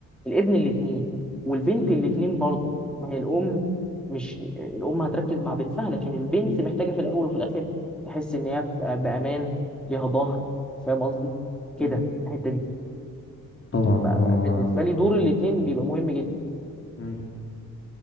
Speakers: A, in the centre; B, on the left.
A: الابن الاتنين والبنت الاتنين برضه ما هي الام مش الام هتركز مع بنتها لكن البنت محتاجه في الاول وفي الاخر تحس ان هي في- بامان ليها ظهر فاهم قصدي كده
B: امم
A: الحته دي
B: طبعا
A: ف-
B: هو
A: بالنسبه لي دور الاتنين بيبقى مهم جدا
B: مم.